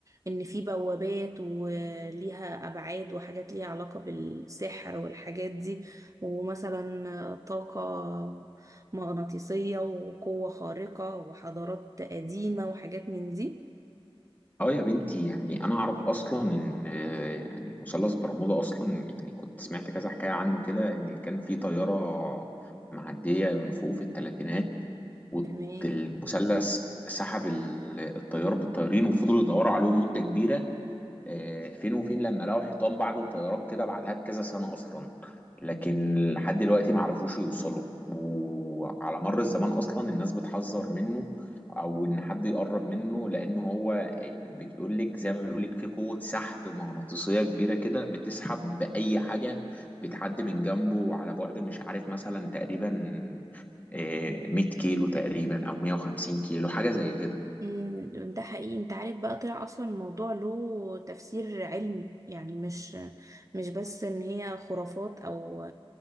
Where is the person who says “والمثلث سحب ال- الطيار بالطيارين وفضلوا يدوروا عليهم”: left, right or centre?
Left